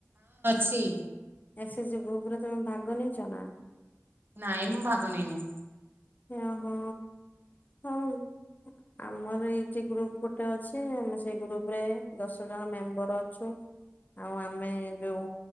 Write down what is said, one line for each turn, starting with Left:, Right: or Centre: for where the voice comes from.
Right: ଛି
Left: ଏଶ୍ ଏଚ୍ ଗ୍ରୁପ୍ ରେ ତମେ ଭାଗ ନେଇଛ ନା?
Right: ନାଇଁ ମୁଁ ଭାଗ ନେଇନି।
Left: ଅହୋ ହଉ ଆମର ଏଠି ଗ୍ରୁପ ଗୋଟେ ଅଛି ଆମେ ସେଇ ଗ୍ରୁପ ରେ ଦଶ ଜଣ ମେମ୍ବର ଅଛୁ, ଆଉ ଆମେ ଯୋଉ